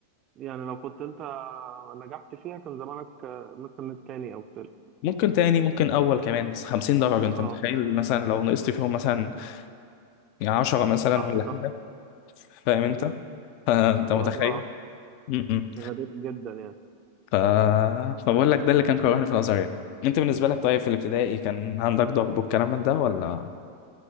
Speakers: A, on the right (about 35°); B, on the left (about 45°).
A: يعني لو كنت انت نجحت فيها كان زمانك آه، مثلا التاني او التالت
B: ممكن تاني ممكن اول كمان بس 50 درجه انت
A: اه
B: متخيل مثلا لو نقصت فيهم مثلا يعني عشرة مثلا
A: صح
B: ولا
A: صح
B: حاجة فاهم انت
A: مم.
B: فانت
A: موضوع
B: متخيل م- م.
A: غريب جدا يعني
B: ف... فبقول لك ده اللي كان كرهني في الازهر يعني انت بالنسبة لك طيب في الابتدائي كان عندك ضغط والكلام من ده ولا